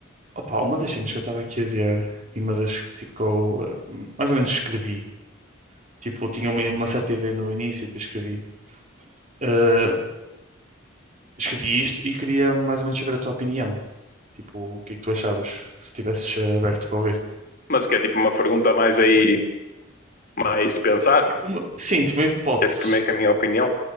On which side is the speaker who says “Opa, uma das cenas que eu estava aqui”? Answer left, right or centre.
Right